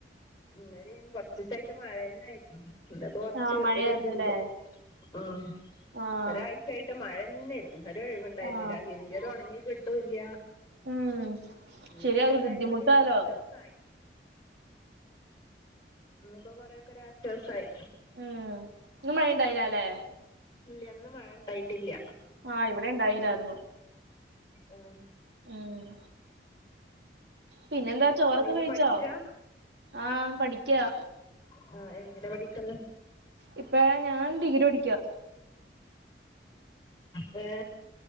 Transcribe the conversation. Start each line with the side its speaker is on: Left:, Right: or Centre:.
Left: ഇന് ലിം കൊറച്ചീസയിട്ട് മഴന്നെയിരുന്നു ഇന്ന്പ്പോ കൊറച്ച്
Right: ആഹ് മഴയായിരുന്നുല്ലേ
Left: ഒര് ഇത്ണ്ട് ആഹ്
Right: ആഹ്
Left: ഒരാഴ്ചായിട്ട് മഴന്നെയിരുന്നു ഒരു ഒഴിവുണ്ടായിരുന്നില്ല
Right: ആഹ്
Left: അ <unintelligible> ത് െണങ്ങി കിട്ടൂല്ല
Right: ഉം
Left: ഇന്ന്പ്പോ
Right: ശരിയാ
Left: കൊറേക്കൊരു
Right: ഒരു ബുദ്ധിമുട്ടാലോ
Left: ആശ്വാസയി. പ്പൊ കൊറേക്കൊരാശ്വാസായ്
Right: ഉം ന്ന് മഴണ്ടായീലാലേ?
Left: ഇല്ല ഇന്ന് മഴ ണ്ടായ്ട്ടില്ല
Right: ആഹ് ഇവ്ടെണ്ടായില്ലാർന്നു
Left: ഉം
Right: ഉം പിന്നെന്താ ചോറൊക്കെ
Left: നീ
Right: കഴിച്ചോ?
Left: പഠിക്കാ
Right: ആഹ് പഠിക്കാ.
Left: ആഹ് എന്തിന പഠിക്ക്ന്നേ
Right: ഇപ്പഴ ഞാൻ ഡിഗ്രി പഠിക്കാ.
Left: ഏ